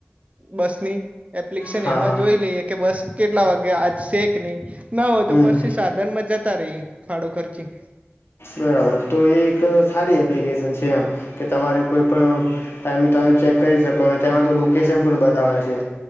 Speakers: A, on the right; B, on the left.
A: બસની એપ્લિકેશન
B: હા
A: એમાં
B: હા
A: જોઈ લઈએ કે બસ કેટલા વાગે આજ શેક નહી ના હોય
B: હમ
A: તો પછી સાત ધન મજ જાતા રહી ફાડો ખરચી
B: બરાબર તો એ એક સારી એપ્લિકેશન છે એમ કે તમારે કોઈ પણ ટાઈમે તમે ચેક કરી શકો અને તેમાં તો લોકેશન પણ બતાવે છે.